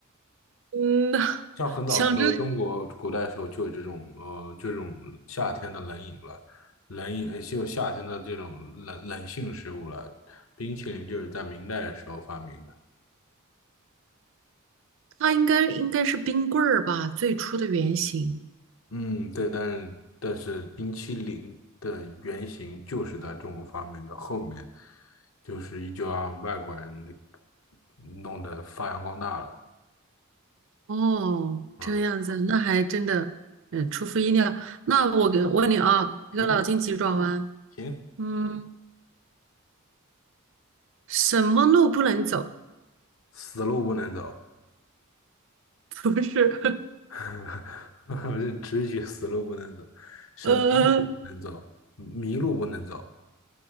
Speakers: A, on the right (about 60°); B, on the left (about 65°).
A: 嗯，<laughs>
B: 像很早的时候，
A: 想着
B: 中国古代的时候就有这种呃这种夏天的冷饮了，冷饮呃就有夏天的这种冷冷性食物了。冰淇淋就是在明代的时候发明的。
A: 它应该应该是冰棍儿吧，最初的原型。
B: 嗯，对，但是但是冰淇淋的原型就是在中国发明的，后面就是依旧让外国人的弄得发扬光大了。
A: 哦，
B: 嗯，
A: 这样子，那还真的，嗯，出乎意料。那我给问你啊，这个脑筋急转弯，
B: 你看，行，
A: 嗯，什么路不能走？
B: 死路不能走。
A: <laughs> 不是，<laughs>
B: <laughs> 这直觉死路不能走，什么路不能走，
A: 呃，
B: 迷路不能走